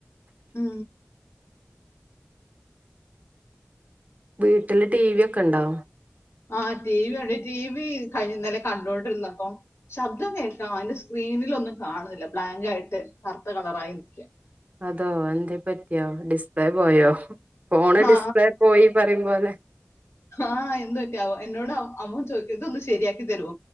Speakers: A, on the left; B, on the right.
A: ഉ ഉ
B: വീട്ടില് ടി വി ഒക്കെ ഉണ്ടോ
A: ആ് ടി വി വണ്ട ടി വി കഴിഞ്ഞന്നലെ കണ്ടോൊണ്ടിരുന്നപ്പം ശബ്ദം കേൾക്കാം അതിന്റെ സ്ക്രീനിലൊന്നും കാണുന്നില്ല ബ്ലാങ് ആയിട്ട് കറുത്ത കളറായി നിൽക്കുക
B: അതോ എന്തേ പറ്റിയോ ഡ ഡിസ്പ്ലേ പോയോ ഫോണ്
A: ആ
B: ഡിസ്പ്ലേ പോയി പറയും പോോലെ
A: ആ എന്ത പറ്റാവോ എന്നോട് അമ്മൻ ചോദക്കിയത് ഒന്ന് ശരിയാക്കി തരുോ